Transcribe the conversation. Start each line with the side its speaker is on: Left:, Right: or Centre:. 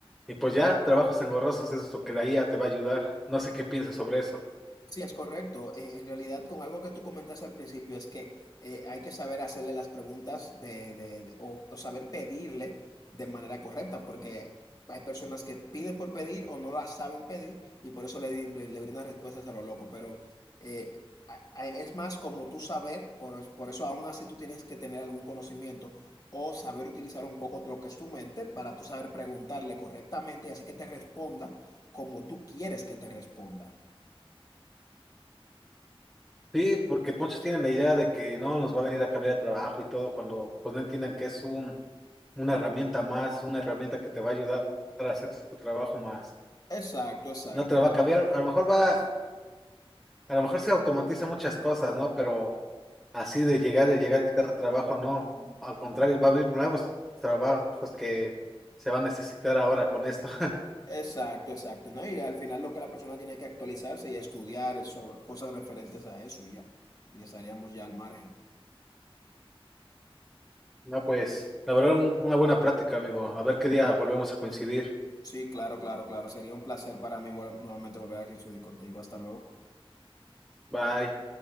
Centre: Y pues ya, trabajos engorrosos es lo que la IA te va a ayudar. No sé qué piensas sobre eso.
Left: Sí, es correcto. Eh, en realidad, con algo que tú comentaste al principio, es que eh, hay que saber hacerle las preguntas de, de- de- o, o saber pedirle de manera correcta, porque hay personas que piden por pedir o no las saben pedir y por eso le, di- le, le brindan respuestas a lo loco. Pero eh, a- a- es más como tú saber, por, por eso aún así tú tienes que tener algún conocimiento o saber utilizar un poco lo que es tu mente para tú saber preguntarle correctamente y así que te responda como tú quieres que te responda.
Centre: Sí, porque muchos tienen la idea de que no nos va a venir a cambiar de trabajo y todo, cuando pues no entiendan que es un, una herramienta más, una herramienta que te va a ayudar a hacer tu trabajo más.
Left: Exacto, exacto,
Centre: No te
Left: en
Centre: lo
Left: realidad.
Centre: va a cambiar, a lo mejor va, a lo mejor se automatiza muchas cosas, ¿no? Pero así de llegar y llegar a quitar trabajo, no. Al contrario,
Left: Ah,
Centre: va a haber nuevos trabajos que se van a necesitar ahora con esto. <laughs>
Left: Exacto, exacto, ¿no? Y al final lo que la persona tiene que actualizarse y estudiar sobre cosas referentes a eso y ya. Y ya estaríamos ya al margen.
Centre: No, pues, la verdad, un- una buena plática, amigo. A ver qué día volvemos a coincidir.
Left: Sí, claro, claro, claro. Sería un placer para mí vol- nuevamente volver aquí a discutir contigo. Hasta luego.
Centre: Bye.